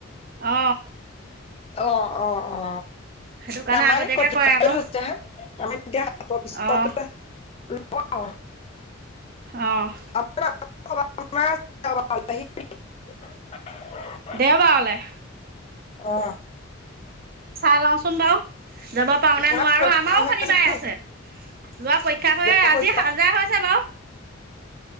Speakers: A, on the right; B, on the left.
A: অ।
B: অ অ অ।
A: সেইটো কাৰণে
B: আমাৰ
A: আগতীয়াকৈ
B: <unintelligible>
A: কৰে আকৌ
B: হে আমি তেতিয়া হাটৰ পিছৰ
A: অঁ
B: পৰা <unintelligible>
A: অঁহ।
B: <unintelligible>
A: দেওবাৰলে।
B: অ।
A: চাই লওঁচোন বাৰু যাব পাৰো
B: ল'ৰা
A: নে নোৱাৰো?
B: পৰীক্ষা
A: আমাৰো
B: হৈ
A: শনিবাৰে
B: নি
A: আছে। লোৱা পৰীক্ষা হৈ
B: ল'ৰা
A: আজি
B: পৰীক্ষা
A: হাজাৰ হৈছে বাৰু।